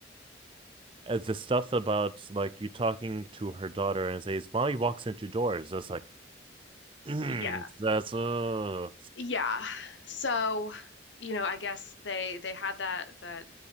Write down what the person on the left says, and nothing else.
yeah
yeah. So, you know, I guess they they had that that